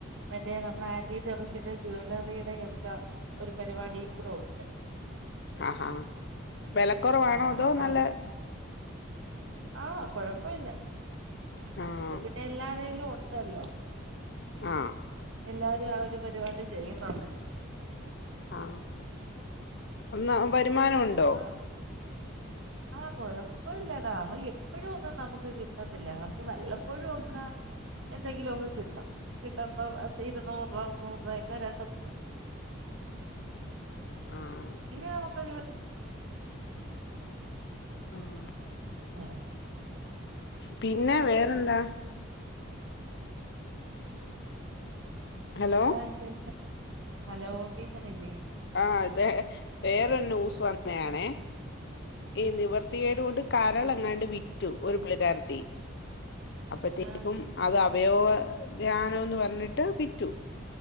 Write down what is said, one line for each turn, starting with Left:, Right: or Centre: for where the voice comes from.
Right: മറ്റേ നമ്മുടെ ആന്റി ടെറിഷിന്റെ ജുവലറിയുടെയും ഒക്കെ ഒരു പരിപാടിയും കൂടെ ഒണ്ട്
Left: ആഹാ വെലക്കുറവാണോ
Right: ആഹ്
Left: അതോ
Right: അപ്പൊ
Left: നല്ല
Right: ആ കൊഴപ്പോ ഇല്ല
Left: ആഹ്
Right: ഇപ്പൊ പിന്നെ എല്ലാരേലും ഒ അല്ലോ
Left: ആ
Right: എല്ലാരും ആ ഒരു പരിപാടി ചെയ്യുന്നൊണ്ട്
Left: ആ എന്നന്ന് വരുമാനംണ്ടോ
Right: അപ്പൊ ആഹ് കൊഴപ്പമില്ലടാ നമക്ക് എപ്പോഴും ഒന്നും നമുക്ക് കിട്ടത്തില്ല നമുക്ക് വെള്ളം ഒഴുവൊക്കെ എന്തെങ്കിലുമൊക്കെ കിട്ടും കിട്ടുമ്പ ഇരുന്നൂറ് രൂപ മുന്നൂറ് രൂപ ഒക്കെ രണ്ട്
Left: ആഹ്
Right: പിന്നെ നമുക്ക്
Left: ആഹ്
Right: ഉം
Left: പിന്നെ വേറെന്താ ഹലോ
Right: ന്താ വിശേഷം ഹലോ കേക്കനില്ലേ
Left: ആ ഇതെ വേറെരു ന്യൂസ് വന്നയാണേ ഈ നിവർത്തികേടുകൊണ്ട് കരൾ എങ്ങാണ്ട് വിറ്റു ഒരു പിളിക്കാരത്തി അപ്പഴത്തേക്കും
Right: ആഹ്
Left: അത് അവയവ ധ്യാനംന്ന് പറഞ്ഞിട്ട് വിറ്റു